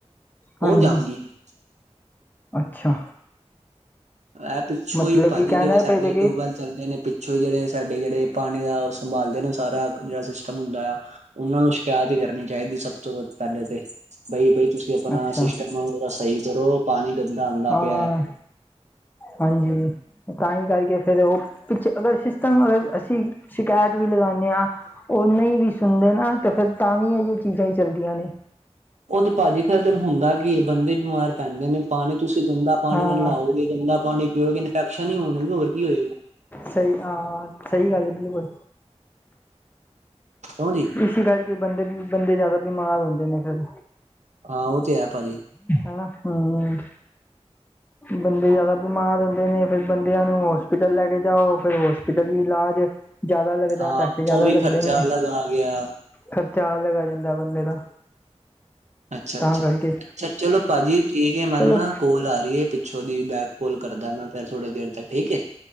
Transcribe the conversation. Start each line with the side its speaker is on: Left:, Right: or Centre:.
Right: ਉਹ
Left: ਹਾਂਜੀ
Right: ਜੰਮ ਗਈ ਸੀ
Left: ਅੱਛਾ
Right: ਇਹ ਪਿੱਛੋਂ
Left: ਮਤਲਬ
Right: ਹੀ ਭਾਜੀ
Left: ਕਿ ਕਹਿਣਾ
Right: ਜਿਹੜੇ ਸਾਡੇ
Left: ਪਏ ਕਿ
Right: ਟੂਬਲ ਚੱਲਦੇ ਨੇ ਪਿੱਛੋਂ ਹੀ ਜਿਹੜੇ ਸਾਡੇ ਜਿਹੜੇ ਪਾਣੀ ਦਾ ਸੰਭਾਲਦੇ ਨੇ ਸਾਰਾ ਜਿਹੜਾ ਸਿਸਟਮ ਹੁੰਦਾ ਆ ਉਹਨਾਂ ਨੂੰ ਸ਼ਿਕਾਇਤ ਹੀ ਕਰਨੀ ਚਾਹੀਦੀ ਸਭ ਤੋਂ ਵੱਧ ਪਹਿਲੇ ਤੇ ਬਈ- ਬਈ ਤੁਸੀਂ ਤੁ ਆਪਣਾ
Left: ਅੱਛਾ
Right: ਸਿਸਟਮ ਉਹਦਾ ਸਹੀ ਕਰੋ ਪਾਣੀ ਗੰਦਾ ਆਉਂਦਾ
Left: ਹਾਂ
Right: ਪਿਆ
Left: ਹਾਂਜੀ ਤਾਂ ਹੀ ਕਰਕੇ ਫੇਿਰ ਉਹ ਪਿੱਛੇ ਅਗਰ ਸਿਸਟਮ ਅਗਰ ਅਸੀਂ ਸ਼ਿਕਾਇਤ ਵੀ ਲਗਾਉਂਦੇ ਹਾਂ ਉਹ ਨਹੀਂ ਵੀ ਸੁਣਦੇ ਨਾ ਤੇ ਫਿਰ ਤਾਂ ਵੀ ਇਹ ਚੀਜ਼ਾਂ ਹੀ ਚੱਲਦੀਆਂ ਨੇ
Right: ਉਹ ਤੇ ਭਾਜੀ ਖਰੇ ਦਿਨ ਹੁੰਦਾ ਕੀ ਬੰਦੇ ਬਿਮਾਰ ਪੈਂਦੇ ਨੇ ਪਾਣੀ ਤੁਸੀਂ ਗੰਦਾ ਪਾਣੀ
Left: ਹਾਂ
Right: ਨਾਲ ਲਾਓਗੇ ਗੰਦਾ ਪਾਣੀ ਪੀਓਗੇ ਇਨਫੈਕਸ਼ਨ ਹੋਣਗੇ ਹੋਰ ਕੀ ਹੋਏਗੀ
Left: ਸਹੀ ਹਾਂ ਸਹੀ ਗੱਲ ਹੈ ਬਿਲਕੁਲ
Right: ਹਜੀ <unintelligible>
Left: ਇਸ ਕਰਕੇ ਬੰਦੇ ਬੰਦੇ ਜ਼ਿਆਦਾ ਬਿਮਾਰ ਹੁੰਦੇ ਨੇ ਫਿਰ
Right: ਹਾਂ ਉਹ ਤੇ ਹੈ ਭਾਜੀ
Left: ਹੈ ਹਮ ਬੰਦੇ ਜ਼ਿਆਦਾ ਬਿਮਾਰ ਹੁੰਦੇ ਨੇ ਫਿਰ ਬੰਦਿਆਂ ਨੂੰ ਹੋਸਪਿਟਲ ਲੈ ਕੇ ਜਾਓ ਫੇਿਰ ਹੋਸਪਿਟਲ ਹੀ ਇਲਾਜ ਜਿਅਦਾ ਲੱਗਦਾ
Right: ਹਾਂ
Left: ਪੈਸੇ ਜ਼ਿਆਦਾ
Right: ਉਹ ਵੀ
Left: ਲੱਗਦੇ
Right: ਖਰਚਾ
Left: ਨੇ
Right: ਅਲੱਗ ਆ ਗਿਆ
Left: ਖਰਚਾ ਆਲੱਗ ਆ ਜਾਂਦਾ ਬੰਦੇ ਦਾ
Right: ਅੱਛਾ
Left: ਤਾਂ
Right: ਅੱਛਾ
Left: ਕਰਕੇ
Right: ਅੱਛਾ ਚਲੋ ਭਾਜੀ ਠੀਕ ਮੈਨੂੰ
Left: ਚਲੋ
Right: ਨਾ ਕੋਲ ਆ ਰਹੀ ਹੈ ਪਿੱਛੋਂ ਉਹਦੀ ਬੈਕ ਕੋਲ ਕਰਦਾ ਮੈਂ ਫਿਰ ਥੋੜੀ ਦੇਰ ਤੱਕ ਠੀਕ ਹੈ